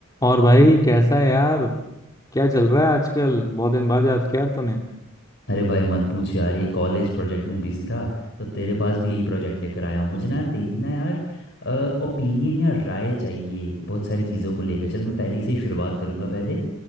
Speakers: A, on the left; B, on the left.
A: और भाई कैसा है यार क्या चल रहा है आजकल बहुत दिन बाद याद किया यार तूने
B: अरे भाई मत पूछ यार ये कॉलेज प्रोजेक्ट में बिजी था तो तेरे पास भी यही प्रोजेक्ट लेकर आया हूँ मुझे ना तेरी ना यार ओपिनियन या राय चाहिए बहुत सारी चीज़ों को लेकर चल मैं पहली से ही शुरुआत करूँगा पहले